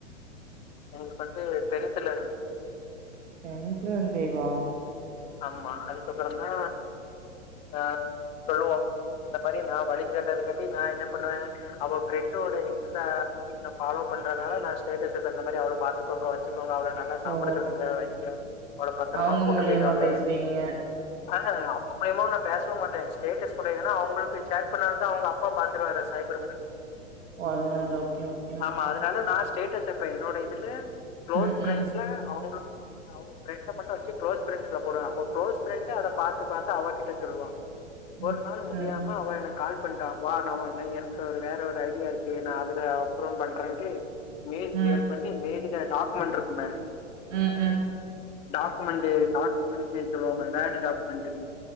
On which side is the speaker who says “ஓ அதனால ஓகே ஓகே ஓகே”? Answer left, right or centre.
Right